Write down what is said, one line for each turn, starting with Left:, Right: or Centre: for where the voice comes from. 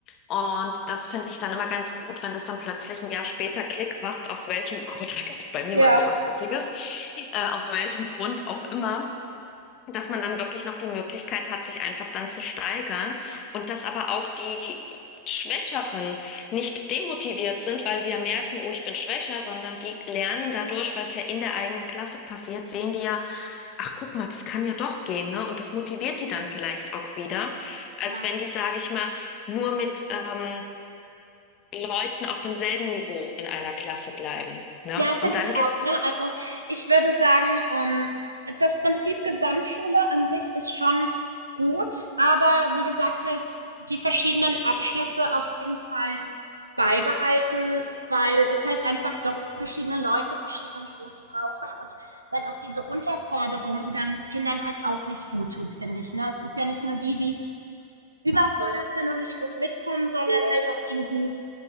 Left: Und das finde ich dann immer ganz gut, wenn das dann plötzlich ein Jahr später Klick macht, aus welchem Grund, <laughs> da gab es bei mir
Right: Ja.
Left: mal sowas Witziges, äh, aus welchem Grund auch immer dass man dann wirklich noch die Möglichkeit hat, sich einfach dann zu steigern und dass aber auch die Schwächeren nicht demotiviert sind, weil sie ja merken, oh, ich bin schwächer, sondern die lernen dadurch, weil es ja in der eigenen Klasse passiert, sehen die ja, ach guck mal, das kann ja doch gehen, ne? Und das motiviert die dann vielleicht auch wieder, als
Right: Ja.
Left: wenn die, sage ich mal, nur mit ähm, Leuten auf demselben Niveau in einer Klasse bleiben. Ne?
Right: Ja, finde
Left: Und dann
Right: ich
Left: gibt's
Right: auch, ne? Also ich würde sagen, ähm, das Prinzip Gesamtschule an sich ist schon gut, aber wie gesagt, halt die verschiedenen Abschlüsse auf jeden Fall beibehalten, weil es halt einfach doch verschiedene Leute, verschiedene Niveaus brauchen und weil auch diese Unterforderung dann Kindern halt auch nicht gut tut, finde ich, ne? Es ist ja nicht nur die, die überfordert sind und nicht gut mitkommen, sondern halt auch die, die,